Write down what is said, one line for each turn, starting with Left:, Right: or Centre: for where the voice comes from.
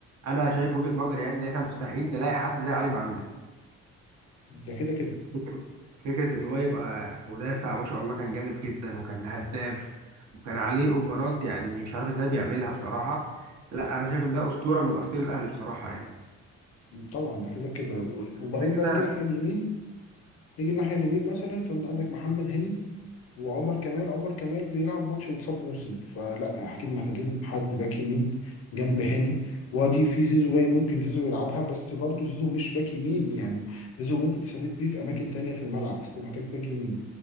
Right: انا شايف وجهه نظري يعني ان احنا مستحيل نلاقي حد زي علي معلول
Left: ده كده كده
Right: فكرة فكرة إن هو يبقى مدافع ما شاء الله كان جامد جدا وكان هداف وكان عليه أوفرات يعني مش عارف إزاي بيعملها بصراحة لا أنا شايف إن ده أسطورة من أساطير الأهلي بصراحة يعني
Left: طبعا ده كده كده وبعدين
Right: كده كده
Left: بقى نيجي الناحيه اليمين نيجي الناحيه اليمين مثلا فانت عندك محمد هاني وعمر كمال عمر كمال بيلعب ماتش وتصاب موسم فلا اكيد محتاجين حد باك يمين جنب هاني وادي في زيزو جاي ممكن زيزو يلعبها بس برضه زيزو مش باك يمين يعني زيزو ممكن تستفيد بيه في اماكن تانية في الملعب بس أنت محتاج باك يمين